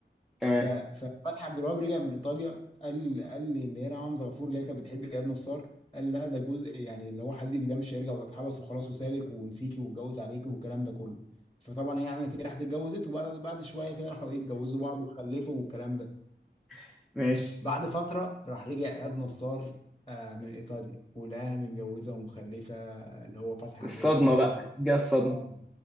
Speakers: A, in the centre; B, on the left.
A: تمام
B: ف- ففتحي عبد الوهاب رجع من ايطاليا قال قال لي اللي هي ريهام حمزه غفور اللي هي كانت بتحب اياد نصار قال لها ده جزء يعني اللي هو حليك ده مش هيرجع ولا اتحبس وخلاص وسابك ونسيكي واتجوز عليكي والكلام ده كله فطبعا هي عملت ايه راحت اتجوزت وبعد بعد شويه كده راحوا ايه اتجوزوا بعض وخلفوا والكلام ده
A: <laughs> ماشي
B: بعد فتره راح رجع اياد نصار آه من ايطاليا ولقاها متجوزه ومخلفه آه، اللي هو فتحي عبد
A: الصدمه
B: الوهاب
A: بقى
B: و...
A: دي الصدمه
B: آه.